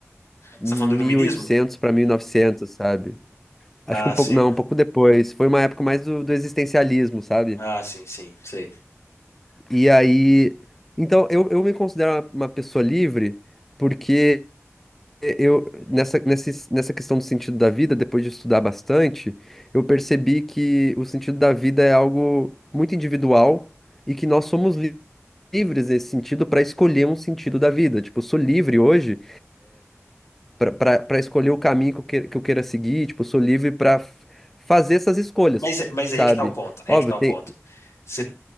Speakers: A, in the centre; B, on the left.
A: 1800,
B: Você está falando do iluminismo?
A: pra 1900 sabe?
B: Ah,
A: Acho que um pouco,
B: sim.
A: não, um pouco depois. Foi uma época mais do, do existencialismo, sabe?
B: Ah, sim, sim, sei.
A: E aí, então eu, eu me considero uma, uma pessoa livre porque eu nessa, nessa, nessa questão do sentido da vida, depois de estudar bastante, eu percebi que o sentido da vida é algo muito individual e que nós somos li- livres nesse sentido para escolher um sentido da vida. Tipo, eu sou livre hoje para escolher o caminho que eu, que, que eu queira seguir, tipo, eu sou livre para fazer essas escolhas,
B: Mas, mas
A: sabe?
B: aí é que tá o ponto, aí
A: Óbvio,
B: é que tá
A: tem,
B: o ponto. Você